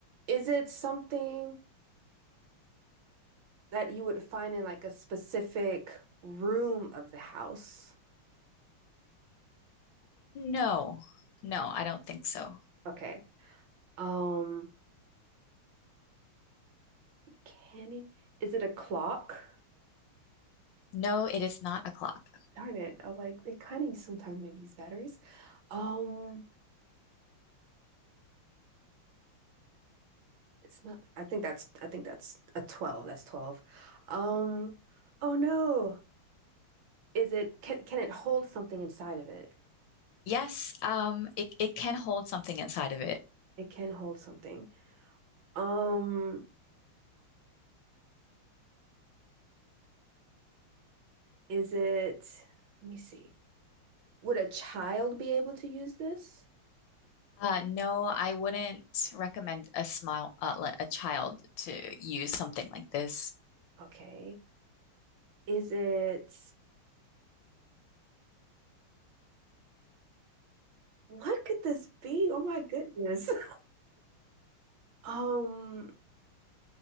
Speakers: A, on the right; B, on the left.
A: Is it something? that you would find in like a specific room of the house.
B: No. No, I don't think so.
A: Okay. Um, can you, is it a clock?
B: No, it is not a clock.
A: Darn it. I like they kind of sometimes maybe use batteries. Um, it's not I think that's I think that's a 12. That's 12. Um, oh no. Is it can can it hold something inside of it?
B: Yes, um it it can hold something inside of it.
A: It can hold something. Um, is it let me see. Would a child be able to use this?
B: Uh no, I wouldn't recommend a smile uh, li- a child to use something like this.
A: Okay. Is it what could this be? Oh my goodness. <laughs> Um,